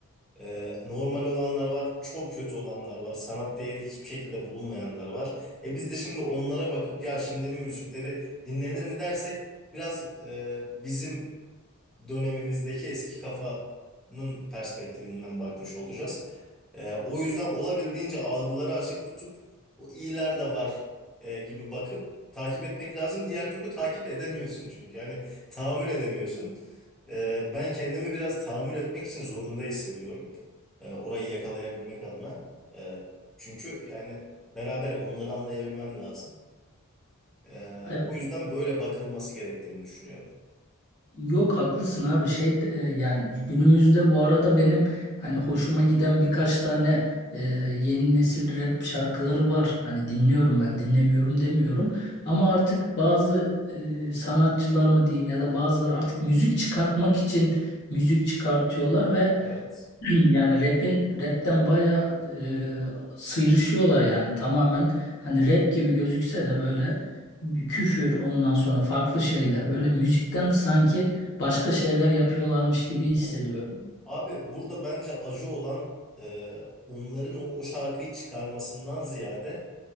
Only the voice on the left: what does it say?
evet.
Yok haklısın abi şey e, yani günümüzde bu arada benim hani hoşuma giden birkaç tane e, yeni nesil rap şarkıları var. Hani dinliyorum ben dinlemiyorum demiyorum ama artık bazı e, sanatçılar mı diyeyim ya da bazıları artık müzik çıkartmak için müzik çıkartıyorlar ve
<clears throat> Yani rap'in rap'ten bayağı e, sıyrışıyorlar yani tamamen hani rap gibi gözükse de böyle bir küfür ondan sonra farklı şeyler böyle müzikten sanki başka şeyler yapıyorlarmış gibi hissediyorum.